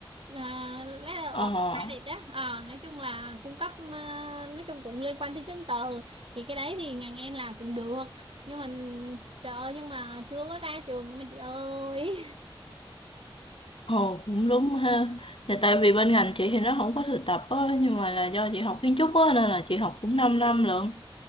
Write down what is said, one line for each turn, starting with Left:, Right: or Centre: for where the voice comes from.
Right: à, Letter
Left: Ờ,
Right: of Credit á Ờ, nói chung là cung cấp à, nói chung cũng liên quan tới chứng từ thì cái đấy thì ngành em làm cũng được nhưng mà trời ơi nhưng mà chưa có ra trường mà chị ơi
Left: ồ cũng đúng ha. Thì tại vì bên ngành chị thì nó không có thực tập á, nhưng mà là do chị học kiến trúc á, nên là chị học cũng 5 năm lận.